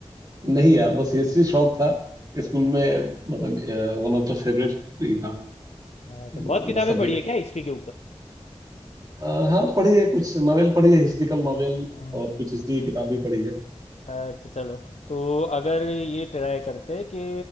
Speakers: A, on the right (about 35°); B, on the left (about 75°).
A: नहीं यार बस हिस्ट्री शौक था स्कूल में मतलब वन ऑफ द फेवरेट ही था
B: अच्छा
A: मेरा
B: बहुत किताबें
A: सब्जेक्ट
B: पढ़ी है
A: था
B: क्या हिस्ट्री के
A: अ, हाँ पढ़ी है कुछ नॉवेल पढ़ी है हिस्ट्रिकल नॉवेल
B: ऊपर
A: और कुछ हिस्ट्री की किताब भी पढ़ी है
B: अच्छा चलो तो अगर ये ट्राई करते कि